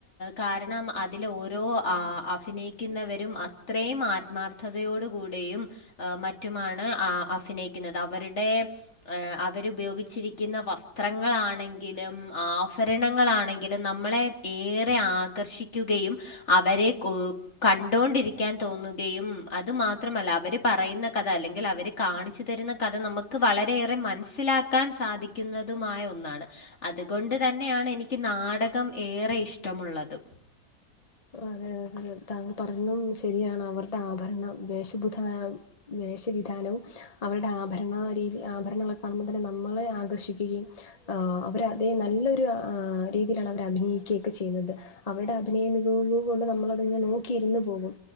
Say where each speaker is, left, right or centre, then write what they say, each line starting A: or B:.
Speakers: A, on the left (about 50°); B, on the left (about 30°).
A: കാരണം അതിൽ ഓരോ ആ അഫിനയിക്കുന്നവരും അത്രയും മാർ ത്മാർഥതയോട് കൂടിയും ഏഹ് മറ്റുമാണ് ആ അഫിനയിക്കുന്നത് അവരുടെ അവരുപയോഗിച്ചിരിക്കുന്ന വസ്ത്രങ്ങളാണെങ്കിലും ആഫരണങ്ങളാണെങ്കിലും നമ്മളെ ഏറെ ആഘർഷിക്കുകയും അവരെ കൊ കണ്ടോണ്ടിരിക്കാൻ തോന്നു കയും അതു മാത്രമല്ല അവര് പറയുന്ന കഥ അല്ലെങ്കിൽ അവര് കാണിച്ച് തരുന്ന കഥ നമ്മ ക്ക്‌ വളരെയേറെ മനസിലാക്കാൻ സാധിക്കുന്നതുമായ ഒന്നാണ് അതുകൊണ്ട് തന്നെയാണ് എനി ക്ക് നാടകം ഏറെ ഇഷ്ടമുള്ളത്
B: അതെ അതെ താങ്കള് പറഞ്ഞതും ശെരിയാണ് അവരുടെ ആഭരണം വേഷബുധാനം വേഷ വിധാനവും അവര്ടെ ആഭരണ രീതി ആഭരണങ്ങളെ കാണുമ്പോ തന്നെ നമ്മളെ ആകർഷിക്കുകയും ആ അവര അതേ നല്ലൊരു രീതിയിലാണ് അവർ അഭിനയിക്ക്യോക്കെ ചെയ്യുന്നത് അവര്ടെ അഭിനയം <unintelligible> കൊണ്ട് നമ്മളതിങ്ങനെ നോക്കിയിരുന്ന് പോവും